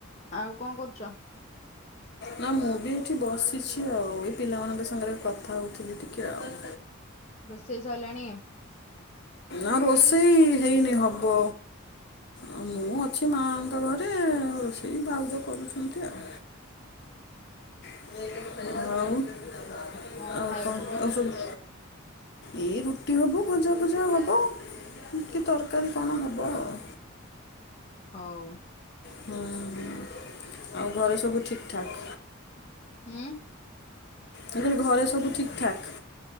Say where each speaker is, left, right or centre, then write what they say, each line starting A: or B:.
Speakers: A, on the left; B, on the left.
A: ଆଉ କଣ କରୁଛ
B: ନା ମୁଁ ବି ଏଠି ବସିଛି ଆଉ ଏ ପିଲାମାନଙ୍କ ସାଙ୍ଗରେ କଥା ହଉଥିଲି ଟିକେ ଆଉ
A: ରୋଷେଇ ସ ହେଲାାଣି
B: ଆ ରୋଷେଇ ହେଇନି ହବ ଆଉ
A: ହଁ
B: ମୁଁ ସେ ମାଆଙ୍କ ଘରେ ରୋଷେଇ ବାଉଜ କରୁଛନ୍ତି ଆଉ ଆଉ ଆଉ କଣ ଆଉ
A: କଣ ଖାଇବା
B: ସବୁ
A: <unintelligible>
B: ଏଇ ରୁଟି ହେବ ଭଜା ଭୁଜା ହେବ କି ତରକାରୀ କଣ ହେବ ଆଉ
A: ହଉ
B: ହୁଁ ହୁଁ ଆଉ ଘରେ ସବୁ ଠିକ ଠାକ୍
A: ହୁଁ
B: ତର ଘରେ ସବୁ ଠିକ୍ଠକ୍